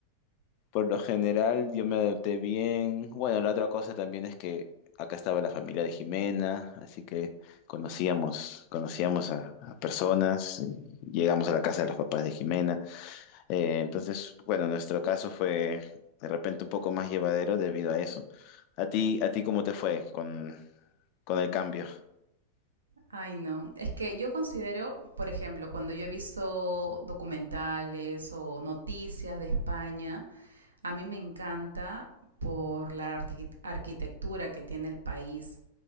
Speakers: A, on the left; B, on the right.
A: por lo general yo me adapté bien. Bueno, la otra cosa también es que acá estaba la familia de Jimena, así que conocíamos, conocíamos a, a personas, llegamos a la casa de los papás de Jimena. Eh, entonces, bueno, nuestro caso fue de repente un poco más llevadero debido a eso. ¿A ti, a ti cómo te fue con, con el cambio?
B: Ay, no. Es que yo considero, por ejemplo, cuando yo he visto documentales o noticias de España, a mí me encanta por la arqui- arquitectura que tiene el país.